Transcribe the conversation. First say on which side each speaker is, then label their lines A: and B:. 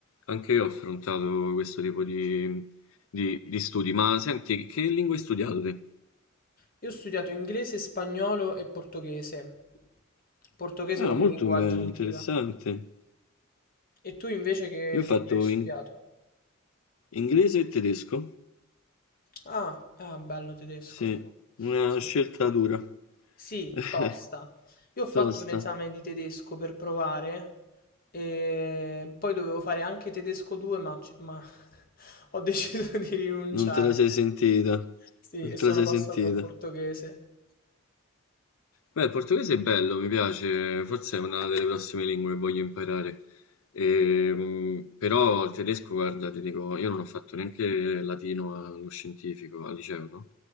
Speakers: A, on the left; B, on the left.
A: anche io ho affrontato questo tipo di, di- di studi. Ma senti, che lingue hai studiato te?
B: Io ho studiato inglese, spagnolo e portoghese, portoghese
A: Ah,
B: come
A: molto
B: lingua
A: bello,
B: aggiuntiva.
A: interessante.
B: E tu invece che
A: Io
B: lingua
A: ho fatto
B: hai studiato?
A: in- inglese e tedesco,
B: Ah, ah, bello tedesco.
A: sì, una
B: Sì.
A: scelta dura, <laughs>
B: Sì,
A: eh,
B: tosta. Io ho fatto
A: tosta,
B: un esame di tedesco per provare e poi dovevo fare anche tedesco 2, ma, ci- ma <laughs> ho deciso di rinunciare.
A: non te la sei sentita,
B: Sì,
A: non
B: e
A: te
B: sono
A: la sei
B: passato
A: sentita.
B: al portoghese.
A: Beh, il portoghese è bello, mi piace, forse è una delle prossime lingue che voglio imparare. Ehm, però il tedesco, guarda, ti dico, io non ho fatto neanche latino allo scientifico, al liceo, no?